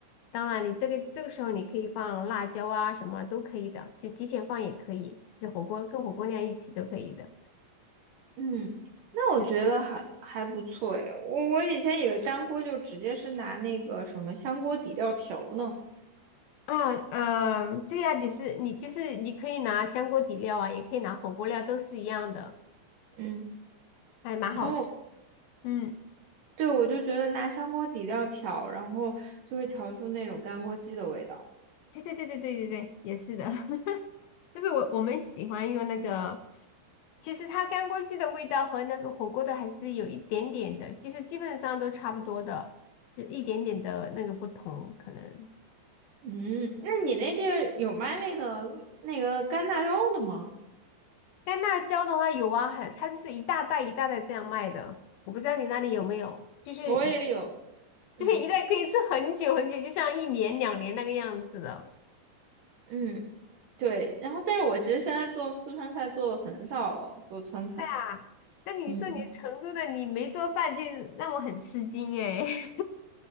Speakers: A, on the left (about 80°); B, on the right (about 60°).
A: 当然，你这个这个时候你可以放辣椒啊，什么都可以的，就提前放也可以，就火锅跟火锅料一起都可以的。
B: 嗯，那我觉得还还不错诶，
A: 就是
B: 我我以前以为干锅就直接是拿那个什么香锅底料调呢，
A: 啊，嗯、对呀、你是你就是你可以拿香锅底料啊，也可以拿火锅料，都是一样的，
B: 嗯，
A: 还蛮好吃。
B: 然后
A: 嗯，
B: 对我就觉得拿香锅底料调，然后就会调出那种干锅鸡的味道。
A: 对对对对对对对，也是的。<laughs> 就是我我们喜欢用那个，其实它干锅鸡的味道和那个火锅的还是有一点点的，其实基本上都差不多的，就一点点的那个不同可能。
B: 嗯，那你那地儿有卖那个那个干辣椒的吗？
A: 干辣椒的话有啊，很，它就是一大袋一大袋这样卖的，我不知道你那里有没有，就是一袋，
B: 我也有，
A: <laughs>
B: 嗯
A: 对，一袋可以吃很久很久，就像一年两年那个样子的。
B: 嗯，对，然后但是我其实现在做四川菜做的很少了，做川菜，
A: 啊。那你说你成都的，
B: 嗯。
A: 你没做饭就让我很吃惊诶。